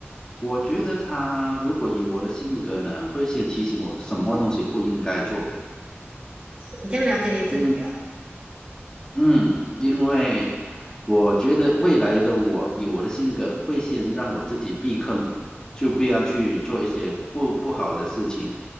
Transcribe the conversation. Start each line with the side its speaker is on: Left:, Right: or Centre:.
Left: 我觉得他如果以我的性格呢，会先提醒我什么东西不应该做。
Right: 你这样了解你自己哦。
Left: 嗯。嗯，因为我觉得未来的我以我的性格会先让我自己避坑，就不要去做一些不不好的事情。